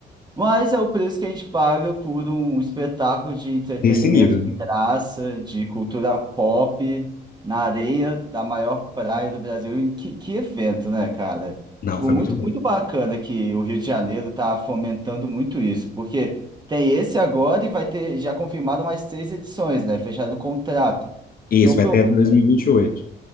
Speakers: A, on the right; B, on the left.
A: Mas é o preço que a gente paga por um espetáculo de entretenimento
B: Desse nível.
A: de graça, de cultura pop, na areia da maior praia do Brasil. E que, que evento, né, cara?
B: Não,
A: Tipo,
B: foi
A: muito,
B: muito bom.
A: muito bacana que o Rio de Janeiro tá fomentando muito isso, porque tem esse agora e vai ter já confirmado mais três edições, né? Fechado o contrato.
B: Isso,
A: Então,
B: vai até dois mil e vinte e oito